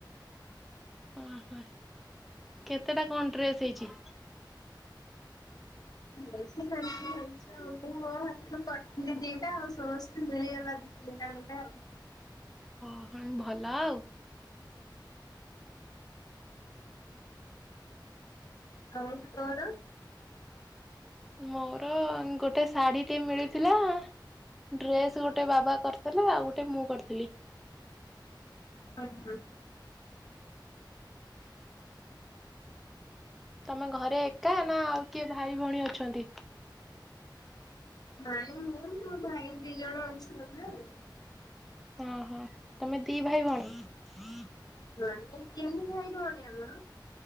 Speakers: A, in the centre; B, on the left (about 55°).
A: ଓହୋ କେତେଟା କଣ ଡ୍ରେସ୍ ହେଇଛି?
B: ବେଶ ଶାନ୍ତି ହେଇଛି ଆଉ ମୁଁ ମୋ ହାତରୁ କରିଥିଲି ଦିଟା ଆଉ ସମସ୍ତେ ମିଳିଗଲା। <unintelligible>
A: ଓ ହଁ ଭଲ ଆଉ।
B: ହଉ ତୋର।
A: ମୋର ଗୋଟେ ଶାଢୀ ଟେ ମିଳିଥିଲା। ଡ୍ରେସ ଗୋଟେ ବାବା କରିଥିଲା ଆଉ ଗୋଟେ ମୁଁ କରିଥିଲି।
B: ହଁ ହଁ।
A: ତମେ ଘରେ ଏକା ନା ଆଉ କିଏ ଭାଇ ଭଉଣୀ ଅଛନ୍ତି।
B: ନାଇଁ ମୁଁ ମୋ ଭାଇ ଦି ଜଣ ଅଛି ମମେ ଆଉ।
A: ଓହୋ ତମେ ଦି ଭାଇ ଭଉଣୀ। <unintelligible>
B: ନ ନାଇ ତିନି ଭାଇ ଭଉଣୀ ଆମର